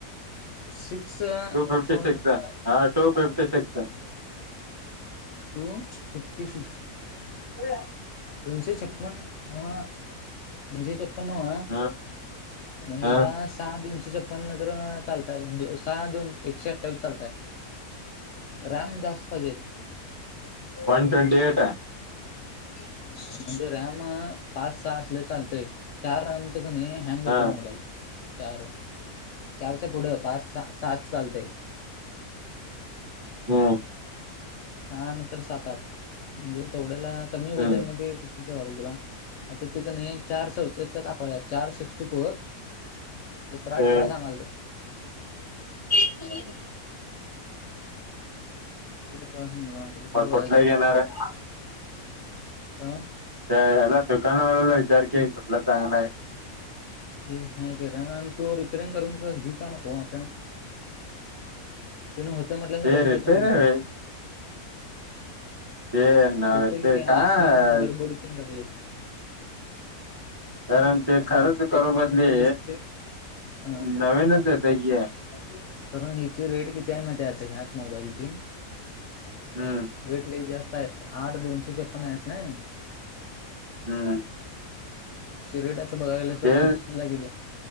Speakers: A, on the left; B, on the right.
A: शिक्षा
B: टू फिफ्टी
A: म्हण
B: सिक्स
A: <unintelligible>
B: हा two fifty six.
A: Two fifty six.
B: हो.
A: दोनशे छपन्न नवा दोनशे छपनवा
B: हा
A: म्हणजे
B: हा
A: मला. सहा दोनशे छपन्न तर चालतात सहा दोनश एकशे अठ्ठावीस चालतात. रॅम जास्त पाहिजे.
B: वन ट्वेंटी एट आहे.
A: ह म्हणजे रॅम पाच सहा असल्या चालतय चार रॅमच कणी हँग होते
B: हा
A: मोबाईल चार चारच्या पुढे पाच सात चालते.
B: हम.
A: सहाानंतर सात आठ म्हणजे तेवढ्याला कमी वजन
B: हम्म
A: मध्ये तंाल तुला आता तिक न चार चौस दाखवला चार सिक्स्टी फोर. सतरा
B: ते
A: अठरा सांगाल त
B: हम्.
A: घच कुठला
B: मग
A: बघायचं
B: घेणार आहे
A: हा.
B: त्या ह्याला दुकानवाल्याला विचार की कुटला चांगला आहे.
A: ते वि नाहीरा आणि तो रिपेरिंग करून घेऊ का नको आता. तिने होते म्हटल्यानंतर
B: ते
A: करून घेतो
B: रिपेर
A: म्हणाला
B: आहे
A: मी
B: ते नव्हे
A: होते की
B: ते
A: त्या
B: काय
A: एसि आणि मधरबोर्ड ज
B: कारण ते
A: आणि
B: खरंच
A: डिस्प्ले
B: करू
A: मेन
B: बदली.
A: म्हणजे डिस्प्ले हा
B: नवीनच येतंय की
A: कारण हिची रेट किती आहे माहिती आता ह्याच मोबाईलची.
B: हम्म.
A: वेट लइ जास्त आहे आठ दोनसे दि उची चप नाहीय नाही
B: हम्म.
A: रेट आता बघाय गेले अस
B: ते
A: पंच वीस ला गेली